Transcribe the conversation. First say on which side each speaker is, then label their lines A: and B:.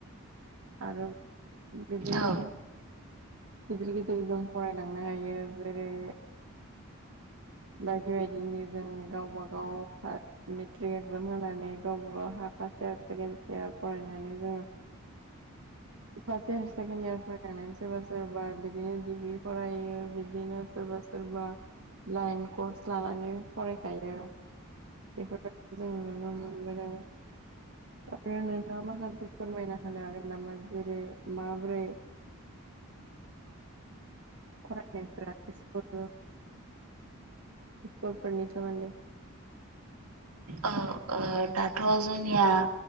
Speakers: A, on the right; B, on the right.
A: आरो बिदिनो।
B: औ
A: गिदिर गिदिर जों फरायलांनो हायो ओमफ्राय बायदि बायदिनि जों गावबा गाव पार मेट्रिक एकजाम होनानै गावबा गाव हाफ फार्स्ट इयार सेकेणड इयार फरायनानै जोङो। फार्स्ट इयार सेकेणड इयार फरायखांनानै सोरबा सोरबा बिदिनो डिग्रि फरायो बिदिनो सोरबा सोर सोरबा लाइन कर्स लानानै फरायखायो बेफोर जों नुनो मोनबोदों आरो नोंथाङा माखासे फोरमायना होनो हागोन नामा जेरै माबोरै। फरायनायफोरा स्कुल स्कुलफोरनि सोमोन्दै।
B: औ ओ दाथ जोंनिया।